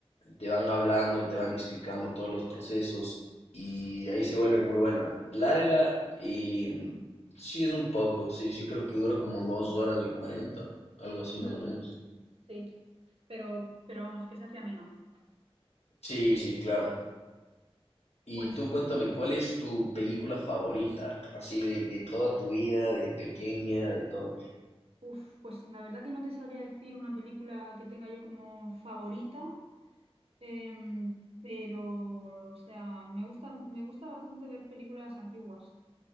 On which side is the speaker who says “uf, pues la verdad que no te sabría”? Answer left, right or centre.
Right